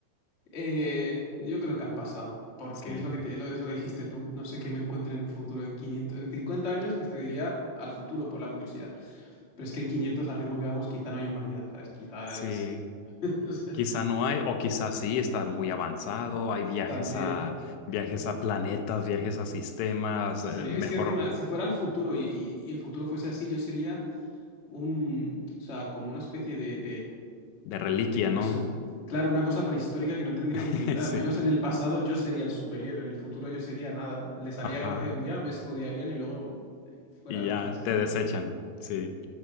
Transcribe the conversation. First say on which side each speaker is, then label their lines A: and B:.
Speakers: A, on the left (about 60°); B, on the left (about 80°).
A: Eh, yo creo que al pasado, porque
B: Sí,
A: es lo que te- lo, es lo que dijiste tú. No sé qué me encuentre en un futuro en 500 en 50 años, pues te diría al futuro por la curiosidad. Pero es que en 500 al ritmo que vamos, quizá no hay humanidad, ¿sabes? Quizá,
B: sí.
A: yo qué sé. <laughs> O sea,
B: Quizá no hay, o quizá sí, está muy avanzado, hay viajes
A: También.
B: a viajes a planetas, viajes a sistemas,
A: Sí,
B: eh, mejor
A: es que encima, si fuera el futuro y, y- y el futuro fuese así, yo sería un, o sea, como una especie de,
B: de reliquia,
A: De perso-
B: ¿no?
A: claro, una cosa prehistórica que no tendría
B: <laughs>
A: utilidad.
B: Sí.
A: Al menos en el pasado yo sería el superior, en el futuro yo sería nada. Les haría
B: Ajá.
A: gracia un día, me estudiarían y luego eh, fuera
B: Y
A: de
B: ya
A: aquí, ¿sabes?
B: te desechan. Sí.